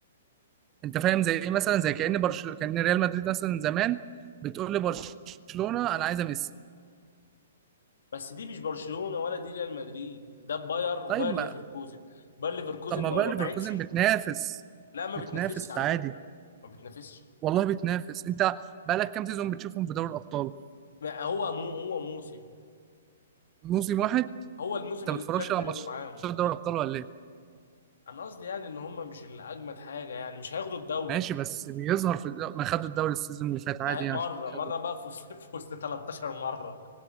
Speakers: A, on the right; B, on the left.
A: انت فاهم زي ايه مثلا زي كأن برشلونة كأن ريال مدريد مثلا زمان بتقول لبرشلونة انا عايزه ميسي
B: بس دي مش برشلونه ولا دي ريال مدريد ده باير وباير
A: طيب ما
B: ليفركوزن باير ليفركوزن
A: طب ما
B: لو
A: باير
B: ما باعتش
A: ليفركوزن بتنافس
B: لا ما
A: بتنافس
B: بتنافسش على
A: عادي
B: فكره ما بتنافسش
A: والله بتنافس انت بقالك كام سيزون بتشوفهم في دوري الابطال
B: هو مو هو موسم
A: موسم واحد
B: هو الموسم
A: انت ما
B: اللي
A: بتتفرجش
B: تشافي
A: على
B: لعبه
A: ماتشات
B: معاهم
A: دوري
B: اللي-
A: الابطال ولا ايه
B: انا قصدي يعني ان هم مش الاجمد حاجه يعني مش هياخدوا الدوري
A: ماشي بس بيظهر في الد- ما خدوا الدوري السيزون اللي فات عادي
B: ما هي-
A: يعني
B: مره
A: خدوا
B: مره بقى في وسط <laughs> في وسط 13 مره